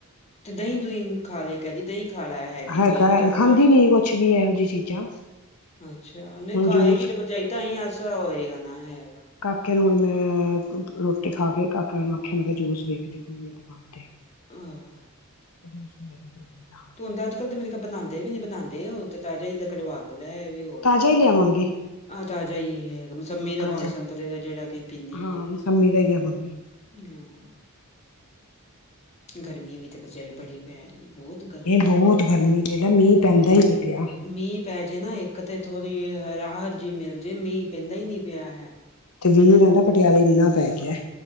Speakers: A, on the left; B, on the left.
A: ਤੇ ਦਹੀਂ ਦੂਹੀਂ ਖਾ ਲਏ, ਕਹਿਦੀ ਦਹੀਂ ਖਾ ਲਾ ਹੈ। ਹੈਗੀ
B: ਹੈਗਾ
A: ਕੋਈ ਜ ਆਪਾਂ,
B: ਖਾਂਦੀ ਨੀ ਕੁਛ ਵੀ ਇਹੋ ਜਿਹੀ ਚੀਜ਼ਾਂ
A: ਅੱਛਾ, ਨਹੀਂ
B: ਹੁਣ
A: ਖਾਏਗੀ
B: ਜੂਸ
A: ਤੇ ਪਰਜਾਈ ਤਾਂ ਹੀ ਅਸਰ ਹੋਏਗਾ ਨਾ, ਹੈਗਾ।
B: ਕਾਕੇ ਨੂੰ ਹੁਣ ਮੈਂ ਰੋਟੀ ਖਾ ਕੇ, ਕਾਕਾ ਨੂੰ ਆਖਿਆ, ਮੈਂ ਕਿਹਾ ਜੂਸ ਵੇਖਦੀ ਆ ਦੁਕਾਨ ਤੇ।
A: ਆਹ।
B: ਉਹ ਸੁੋ ਨੂੰ ਫ <inaudible>
A: ਤੂੰ ਹੁੰਦਾ ਅੱਜ ਕੱਲ੍ਹ ਤੇ ਮੈਂ ਕੇਹਾ ਬਨਾਉਂਦੇ ਵੀ ਨੀ, ਬਣਾਉਦੇ ਔ ਤੇ ਤਾਜਾ ਹੀ ਕਢਵਾ ਕੇ ਲੈ ਆਵੇ ਔ
B: ਤਾਜ਼ਾ ਹੀ ਲਿਆਵਾਂਗੇ।
A: ਆਹ ਤਾਜ਼ਾ ਹੀ ਇਹ ਹੈਗਾ ਮੌਸਮਬੀ
B: ਹਾਂ
A: ਦਾ,
B: ਤਾਜ਼ਾ
A: ਭਾਵੇਂ ਸੰਤਰੇ ਦਾ, ਜਿਹੜਾ ਕਿ ਪੀਂਦੀ
B: ਹਾਂ,
A: ਹੈ
B: ਮੌਸਮਬੀ ਦਾ ਹੀ ਲਿਆਵਾਂਗੀ।
A: ਹਾਂ। ਗਰਮੀ ਵੀ ਭਰਜਾਈ ਬੜੀ। ਪੈ ਰਹੀ ਹੈ, ਬਹੁਤ ਗਰਮੀ,
B: ਬਹੁਤ ਗਰਮੀ ਵੇਲਾ ਮੀਂਹ ਪੈਂਦਾ
A: ਹੂ
B: ਹੀ ਨੀ ਪਿਆ
A: ਮੀਂਹ ਪੈ ਜੇ ਨਾ ਇੱਕ, ਤੇ ਥੋੜ੍ਹੀ ਜ ਰਾਹਤ ਜੀ ਮਿਲ ਜੇ, ਮੀਂਹ ਪੈਂਦਾ ਹੀ ਨਹੀਂ ਪਿਆ ਹੈਗਾ।
B: ਇਥੇ ਮੀਂਹ
A: ਠੀਕ
B: ਨਹੀ ਪੈਂਦਾ,
A: ਹੈ ਜੀ
B: ਪਟਿਆਲੇ ਇੰਨਾ ਪੈ ਗਯਾ